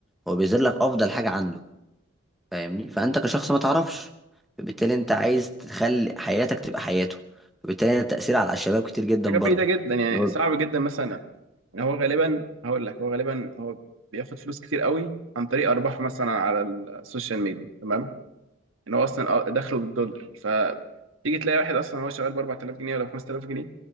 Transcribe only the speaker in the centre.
هو بيظهر لك أفضل حاجة عنده فاهمني فانت كشخص ما تعرفش فبالتالي انت عايز تخلي حياتك تبقى حياته فبالتالي التأثير على الشباب كتير جدا
برضو
اللي هو